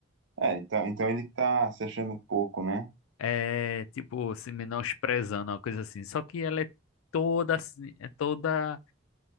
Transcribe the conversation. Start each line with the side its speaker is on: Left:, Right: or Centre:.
Right: É, então, então ele tá se achando pouco, né?
Left: É, tipo, se menosprezando, uma coisa assim. Só que ela é toda, assim, é toda